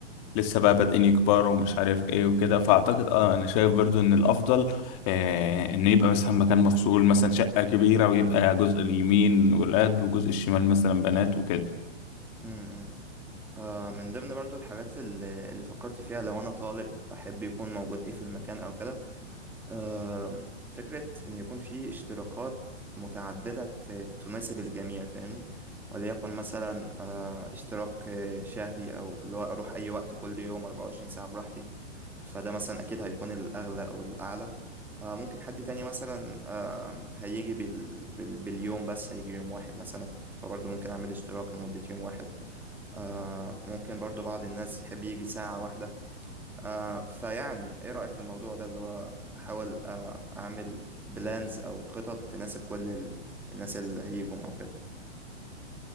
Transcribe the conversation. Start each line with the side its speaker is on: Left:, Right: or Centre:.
Left: لسه بقى بادئين يكبروا ومش عارف ايه وكده فاعتقد اه انا شايف برضو ان الافضل آه ان يبقى مثلا مكان مفصول مثلا شقة كبيرة ويبقى جزء اليمين ولاد وجزء الشمال مثلا بنات وكده
Centre: امم آه من ضمن برضو الحاجات اللي, اللي فكرت فيها لو انا طالب احب يكون موجود ايه في المكان او كده آه فكرة ان يكون في اشتراكات متعددة ت- تناسب الجميع فاهمني وليكن مثلا آه اشتراك آه، شهري او اللي هو اروح اي وقت كل يوم 24 ساعة براحتي فده مثلا اكيد هيكون الاغلى او الاعلى آه ممكن حد تاني مثلا آه هيجي بال... بال... باليوم بس هيجي يوم واحد مثلا فبرضه ممكن اعمل اشتراك لمدة يوم واحد آه ممكن برضو بعض الناس يحب يجي ساعة واحدة آه فيعني ايه رأيك في الموضوع ده اللي هو احاول آه اعمل بلانز او خطط تناسب كل ال... الناس اللي هيجوا او كده